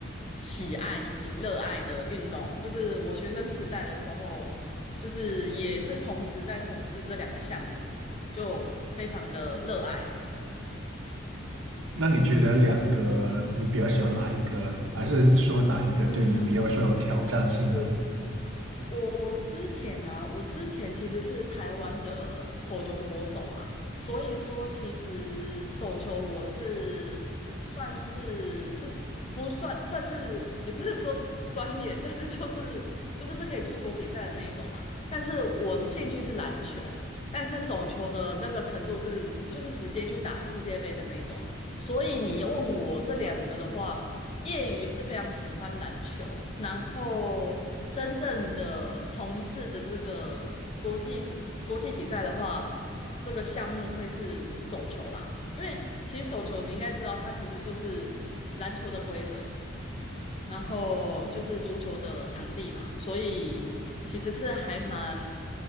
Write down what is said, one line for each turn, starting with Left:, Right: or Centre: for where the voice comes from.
Left: 喜爱以及热爱的运动。就是我学生时代的时候，就是也是同时在从事这两个项目，就非常的热爱。
Right: 那你觉得两个你比较喜欢哪一个呢？还是说哪一个对你比较说有挑战性呢？
Left: 嗯，我我我之前啊，我之前其实是台湾的手球国手啊，所以说其实手球我是算是是不算算是也不是说专业，但是就是就是是可以出国比赛的那一种嘛。但是我的兴趣是篮球，但是手球的那个程度是就是直接去打世界杯的那一种。所以你问我这两个的话，业余是非常喜欢篮球，然后真正的从事的这个国际是国际比赛的话，这个项目会是手球啦。因为其实手球你应该知道，它其实就是篮球的规则，然后就是足球的场地嘛，所以其实是还蛮